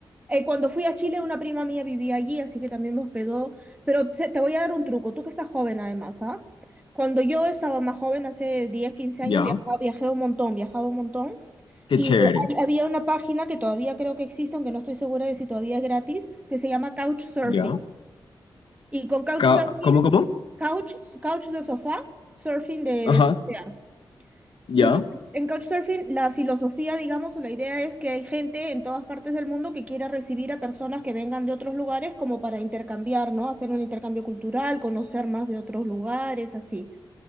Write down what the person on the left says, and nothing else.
Ya.
Qué
chévere.
Ya.
Ca- ¿Cómo, cómo?
Ajá.
Ya.